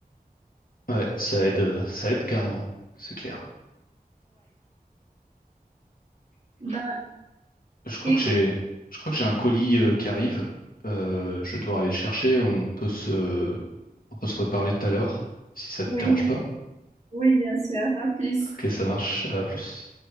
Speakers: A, on the left (about 65°); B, on the right (about 45°).
A: Ouais, ça aide, euh, ça aide carrément, c'est clair.
B: Bah,
A: Je crois
B: écoute,
A: que j'ai, je crois que j'ai un colis euh, qui arrive. Euh, je vais devoir aller le chercher. On peut se, on peut se reparler tout à l'heure, si ça te
B: oui,
A: dérange pas.
B: oui, bien sûr, à plus.
A: Ok, ça marche. À plus.